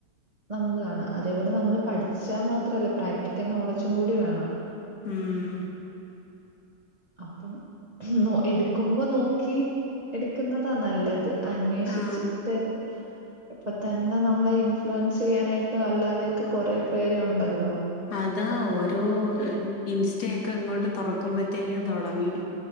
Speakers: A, on the right; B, on the left.
A: നമുക്ക് കാണാ അതേപോലെ നമ്മൾ പഠിച്ചാൽ മാത്രമല്ല പ്രാക്ടിക്കൽ നോളജും കൂടി വേണം
B: ഉം
A: അപ്പം ന്നോ എടുക്കുമ്പോ നോക്കി എടുക്കുന്നതാ നല്ലത് അന്വോഷിച്ചിട്ട്
B: ആ
A: ഇപ്പൊ തന്നെ നമ്മളെ ഇൻഫ്ലുവൻസെ യ്യാനായിട്ട് അല്ലാതെക്കെ കൊറേ പേരു ണ്ടല്ലോ
B: അതാ ഓരോ ഇൻസ്റ്റേക്കെ ഇങ്ങോട്ട് തുറ ക്കുമ്പോത്തേക്കും തൊടങ്ങും